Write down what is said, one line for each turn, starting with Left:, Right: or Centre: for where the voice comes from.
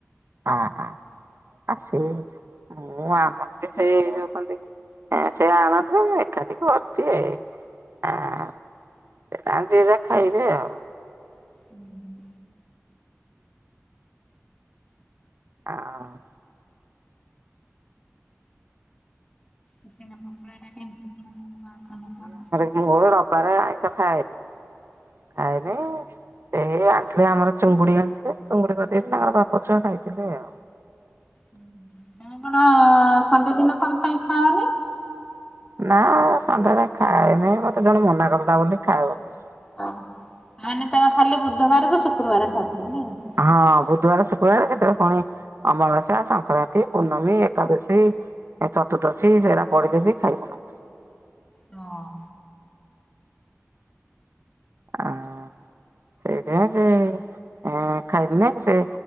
Right: ହଁ ହଁ ଆ ସେଇ ମୁଁ ଆମର ବି ସେଇ ଯୋଉ କହନ୍ତି ଏ ସିଏ ଆଣନ୍ତି ତ ଏକାଠି କରଦିଏ ଆଁ ହଁ ଯିଏ ଯାହା ଖାଇବେ ଆଉ।
Left: ହୁଁ ହୁଁ।
Right: ଆ ଉ
Left: ଚିକେନ୍ ପକୋଡ଼ା <unintelligible> କଣ?
Right: ମୁଁ ରବାରେ ଆଇଁଷ ଖାଏନି ଖାଏନି ସେଇ ଆଣିଥିଲେ ଆମର ଚୁଙ୍ଗୁଡି ଆଣିଥିଲେ, ଚୁଙ୍ଗୁଡି କରିଦେଲେ ତାଙ୍କର ବାପ ଛୁଆ ଖାଇଥିଲେ ଆଉ।
Left: ହୁଁ ହୁଁ ତମେ କଣ, ସଣ୍ଡେ ଦିନ କଣ ପାଇଁ ଖାଅନି?
Right: ନା ଏ ସଣ୍ଡେ ଯେ ଖାଏନି, ମତେ ଜଣେ ମନା କରିଦେଲା ବୋଲି ଖାଉନି।
Left: ଓହୋ! ମାନେ ତମେ ଖାଲି ବୁଧବାର କୁ ଶୁକ୍ରବାର ଖାଉଥିବ ନାଇଁ?
Right: ହଁ, ବୁଧବାର, ଶୁକ୍ରବାର ସେଥିରେ ପୁଣି ଅମାବାସ୍ୟା, ସଂକ୍ରାନ୍ତି ପୂର୍ଣ୍ଣମୀ, ଏକାଦଶୀ, ଚତୁର୍ଦଶୀ, ସେଇଟା ପଡିଲେ ବି ଖାଇବୁନୁ।
Left: ହଁ।
Right: ଆଉ ସେଇଥିପାଇଁ ସେ ଏ ଖାଇଦେଲେ ସେ